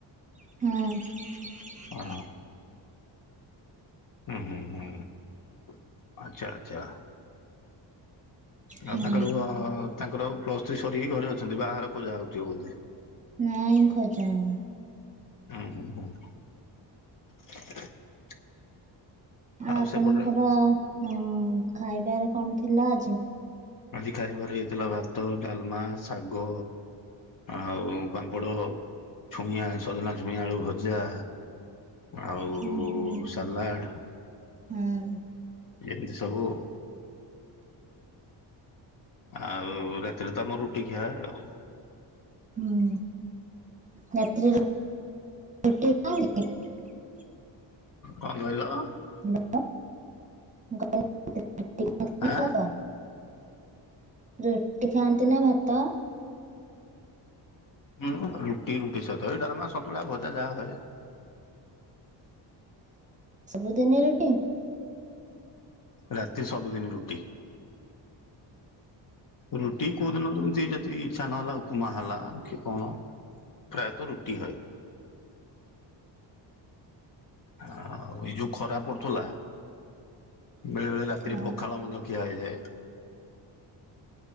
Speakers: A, on the right; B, on the left.
A: ହୁଁ। <inaudible>
B: ହଁ ହୁଁ ହୁଁ ହୁଁ ଆଚ୍ଛା ଆଚ୍ଛା। ଆଉ
A: ହଁ
B: ତାଙ୍କର ଅ ତାଙ୍କର ପ୍ଲସ ଥ୍ରି ସରିକି ଘରେ ଅଛନ୍ତି। ବାହାଘର ଖୋଜା ହଉଥିବ ବୋଧେ।
A: ନାଇଁ ଖୋଜା ହଉନି।
B: ହୁଁ। <inaudible> ଆଉ
A: ଆ ଆପଣଙ୍କର
B: ସେପଟେ
A: ଉଁ ଖାଇବାରେ କଣ ଥିଲା ଆଜି?
B: ଆଜି ଖାଇବାର ହେଇଥିଲା ଭାତ ଡାଲମା ଶାଗ ଆଉ ପାମ୍ପଡ଼ ଛୁଇଁଆଁ, ସଜନା ଛୁଇଁ ଆଳୁ ଭଜା ଆଉ
A: ହୁଁ ହୁଁ
B: ସାଲାଡ
A: ହଁ
B: ଏମିତି ସବୁ ଆଉ ରାତିରେ ତ ଆମର ରୁଟି ଖିଆ ଆଉ।
A: ହୁଁ ରାତିରେ ରୁ ଟି। <unintelligible>
B: କଣ କହିଲ?
A: <unintelligible>
B: ଆଁ
A: ରୁଟି ଖାଆନ୍ତି ନା ଭାତ?
B: ହୁଁ ରୁଟି ରୁଟି ସହିତ ଏ ଡ଼ାଲମା ସନ୍ତୁଳା ଭଜା ଯାହା ହଏ।
A: <inaudible> ସବୁଦିନି ରୁଟି?
B: ରାତି ସବୁଦିନି ରୁଟି। ରୁଟି କୋଉଦିନ ଯିଏ ଯଦି ଇଛା ନହେଲା, ଉପମା ହେଲା କି କଣ ପ୍ରାୟତଃ ରୁଟି ହଏ ଆଉ ଏଇ ଯୋଉ ଖରା ପଡୁଥିଲା ବେଳେ ବେଳେ ରାତିରେ
A: ହଁ
B: ପଖାଳ ମଧ୍ୟ ଖିଆ ହେଇଯାଏ